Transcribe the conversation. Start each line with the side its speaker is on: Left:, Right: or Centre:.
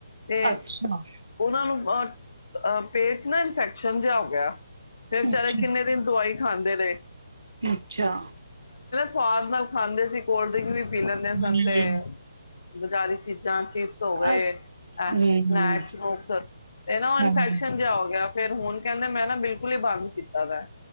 Left: ਤੇ
Right: ਅੱਛਾ
Left: ਉਹਨਾਂ ਨੂੰ ਅ ਪੇਟ ਚ ਨਾ ਇਨਫੈਕ ਛਿਅਂਜਾ ਹੋ ਗਿਆ। ਫਿਰ
Right: ਅੱਛਾ
Left: ਵਿਚਾਰੇ, ਕਿੰਨੇ ਦਿਨ ਦਵਾਈ ਖਾਂਦੇ ਦੇ ਨੇ
Right: ਅੱਛਾ।
Left: ਸਵਾਦ ਨਾਲ ਖਾਂਦੇ ਸੀ, ਕੋਲ ਡ੍ਰਿੰਕ ਵੀ ਪੀ ਲੈਦੇ
Right: ਹੂੰ
Left: ਸਨ ਤੇ ਬਜ਼ਾਰੀ ਚੀਜ਼ ਜਾਂ ਚੀਪਸ ਹੋ ਗਏ
Right: ਅੱ ਹੂੰ
Left: ਸਨੈਕਸ- ਸਨੁਕ ਤੇ ਨਾ ਉਹ ਇਨਫੈਕਸ਼ਨ
Right: ਹਾਂਜੀ
Left: ਜਿਹਾ ਹੋ ਗਿਆ ਤੇ ਹੁਣ ਕਹਿੰਦੇ, ਮੈਂ ਨਾ ਬਿਲਕੁਲ ਹੀ ਬੰਦ ਕੀਤਾ ਦਾ ਹੈ।